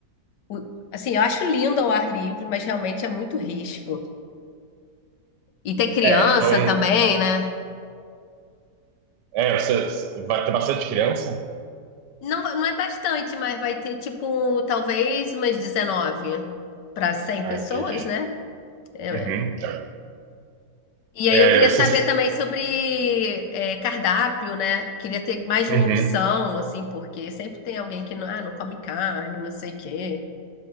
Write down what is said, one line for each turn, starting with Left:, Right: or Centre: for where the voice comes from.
Left: O- Assim, eu acho lindo ao ar livre, mas realmente é muito risco. E tem criança
Right: É, então,
Left: também, né?
Right: é, você vai ter bastante criança?
Left: Não, não é bastante, mas vai ter tipo, talvez umas 19 para 100
Right: Ah,
Left: pessoas,
Right: entendi.
Left: né? É.
Right: Uhum,
Left: é.
Right: tá.
Left: E aí
Right: É,
Left: eu queria
Right: vocês,
Left: saber também sobre é, cardápio, né? Queria ter mais de
Right: uhum.
Left: uma opção, assim, porque sempre tem alguém que não, ah, não come carne, não sei o quê.